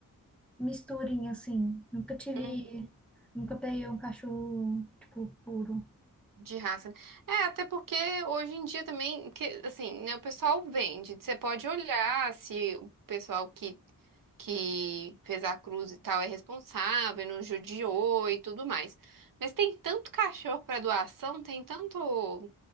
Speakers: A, in the centre; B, on the right (about 65°).
A: misturinha, assim. Nunca tive.
B: uhum.
A: Nunca peguei um cachorro, tipo, puro.
B: De raça. né? É, até porque hoje em dia também, que, assim, né, o pessoal vende. Você pode olhar se o pessoal que, que fez a cruz e tal é responsável, não judiou e tudo mais. Mas tem tanto cachorro para doação, tem tanto